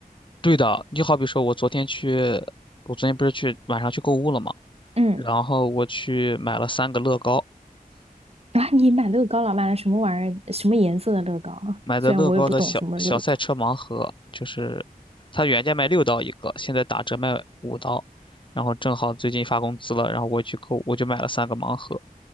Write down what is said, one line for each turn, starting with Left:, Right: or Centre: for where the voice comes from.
Left: 对的，你好比说，我昨天去，我昨天不是去晚上去购物了嘛，
Right: 嗯。
Left: 然后我去买了三个乐高，
Right: 啊，你买乐高了，买了什么玩意儿？什么颜色的乐高啊？
Left: 买的乐高的小小赛车盲盒，
Right: 虽然我也不懂什么乐高，
Left: 就是它原价卖六刀一个，现在打折卖五刀，然后正好最近发工资了，然后我去购，我就买了三个盲盒，